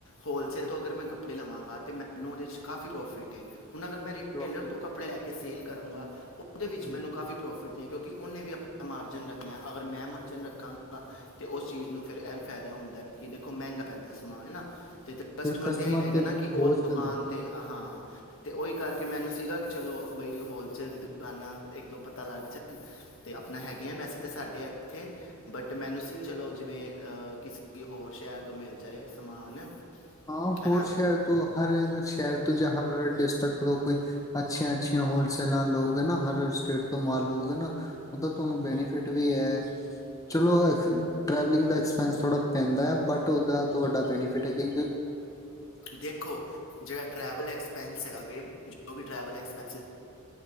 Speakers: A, on the left; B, on the left.
A: ਹੋਲਸੇਲ ਤੋਂ ਅਗਰ ਮੈਂ ਕੱਪੜੇ ਲਵਾਂਗਾ ਅਤੇ ਮੈਨੂੰ ਉਹਦੇ ਚ ਕਾਫੀ ਪ੍ਰੋਫਿਟ ਐ। ਹੁਣ ਅਗਰ ਮੈਂ ਰਿਟੇਲਰ
B: ਪ੍ਰੋਫਿਟ
A: ਤੋਂ ਕੱਪੜੇ ਲੈ ਕੇ ਸੇਲ ਕਰਾਂਗਾ, ਉਹਦੇ ਵਿੱਚ
B: ਹੂੰ,
A: ਮੈਨੂੰ ਕਾਫੀ ਪ੍ਰੋਫਿਟ ਕਿਉਂਕਿ ਕਿ ਉਹਨੇ ਵੀ ਆਪਣਾ ਮਾਰਜਨ ਰੱਖ ਮੈਂ, ਅਗਰ ਮੈਂ ਮਾਰਜਨ ਰੱਖਾਂਗਾ ਤਾਂ ਉਸ ਚੀਜ਼ ਨੂੰ ਫਿਰ ਇਹ ਵੀ ਫਾਇਦਾ ਹੁੰਦਾ ਕਿ ਦੇਖੋ ਮਹਿੰਗਾ ਪੈਂਦਾ ਸਮਾਨ। ਹੈਨਾ? ਅਤੇ
B: ਫਿਰ
A: ਕਸਟਮਰ ਤਾਂ ਇਹੀ ਕਹੇਗਾ
B: ਤੇ
A: ਨਾ ਕਿ
B: ਬੋਝ
A: ਉਹ ਦੁਕਾਨ
B: ਪੈਂਦਾ
A: 'ਤੇ ਹਾਂ ਤੇ ਉਹੀ ਕਰਕੇ ਮੈਨੂੰ ਸੀਗਾ ਕਿ ਚਲੋ ਬਈ ਹੋਲਸੇਲ ਦੀ ਦੁਕਾਨਾਂ ਇੱਕ ਦੋ ਪਤਾ ਲੱਗ ਜਾਣ ਤੇ ਆਪਣਾ ਹੈਗੀਆਂ ਵੈਸੇ ਅਤੇ ਸਾਡੇ ਇੱਥੇ ਬਟ ਮੈਨੂੰ ਸੀ ਚਲੋ, ਜਿਵੇਂ ਕਿਸੇ ਹੋਰ ਸ਼ਹਿਰ ਤੋਂ ਮਿਲ ਜਾਏ ਸਮਾਨ।
B: ਹਾਂ ਹੋਰ
A: ਹਨਾ
B: ਸ਼ਹਿਰ ਤੋਂ, ਹਰ ਸ਼ਹਿਰ ਤੋਂ ਜਾਂ ਹਰ ਡਿਸਟ੍ਰਿਕਟ ਤੋਂ ਕੋਈ ਅੱਛੀਆਂ-ਅੱਛੀਆਂ ਹੋਲਸੇਲਾਂ ਲੋਗੇ ਨਾ, ਹਰ ਸਟੇਟ ਤੋਂ ਮਾਲ ਲੋਗੇ ਹੈ ਨਾ ਉਹਦਾ ਤੁਹਾਨੂੰ ਬੈਨੀਫਿ ਫਿੱਟ ਵੀ ਹੈ। ਚਲੋ ਇਸ ਟਰੈਵਲਿੰਗ ਦਾ ਐਕਸਪੈਂਸ ਥੋੜ੍ਹਾ ਪੈਂਦਾ ਹੈ ਬਟ ਉਹਦਾ ਤੁਹਾਡਾ ਬੈਨੀਫਿਟ ਹੈ ਕਿ
A: ਦੇਖੋ, ਜਿਹੜਾ ਟਰੈਵਲ ਐਕਸਪੈਂਸ ਹੈਗਾ ਵੇ ਜੋ ਵੀ ਟਰੈਵਲ ਐਕਸਪੈਂਸਿਸ